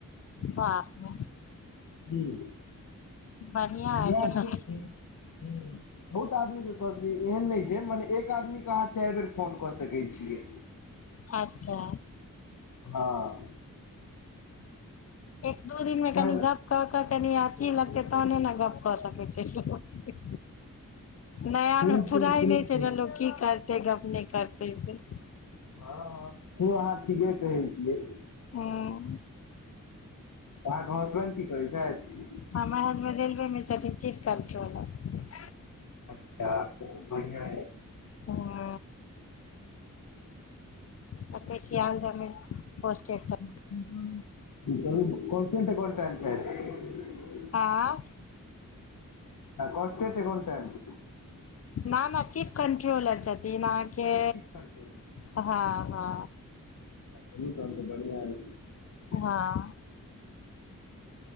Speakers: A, on the left (about 45°); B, on the left (about 70°).
A: बाप रे
B: हुं।
A: बढ़िया
B: यैह
A: अछि
B: छै से हुं बहुत आदमी के कहतै एहन नै छै। जे मने एक आदमी के अहाँ चाएर बेर फोन कऽ सकय छियै।
A: अच्छा।
B: हां ‌
A: एक दू दिन मे
B: चारि
A: कनि
B: बेर
A: गप क क कनी अथी लगतै तहने नै गप कऽ सकय छै। नया
B: बिलकुल
A: मे फुराय
B: बिलकुल
A: नै छै नै लोक की कर तै गप नै करते से
B: हां-हां से अहाँ ठीके कहय छियै।
A: हूँ
B: अहाँके हसबैंड की करय छैथ।
A: हमर हसबैंड रेलवे मे छथिन चीफ कंट्रोलर
B: अच्छा खूब बढ़िया यै से
A: फुआ देखय छीयै आनठाम में पोस्टर छप
B: बोलू नै <unintelligible> छै।
A: ऐं
B: कॉस्टेंट एकाउंटेंट
A: नै-नै चीफ कंट्रोलर छथिन अहाँके
B: अच्छा चीफ कंट्रोलर
A: हां-हां।
B: अच्छा चलू तहन तऽ बढ़िया ऐ।
A: हां।